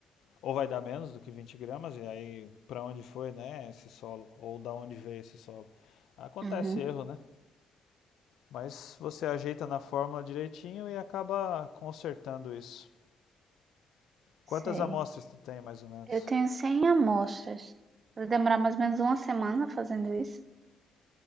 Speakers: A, on the left; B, on the right.
A: ou vai dar menos do que 20 gramas, e aí para onde foi, né, esse solo, ou da onde veio esse solo. Acontece
B: Uhum.
A: erro, né? Mas você ajeita na fórmula direitinho e acaba consertando isso. Quantas
B: Sei.
A: amostras tu tem, mais ou menos?
B: Eu tenho 100 amostras. Vai demorar mais ou menos uma semana fazendo isso.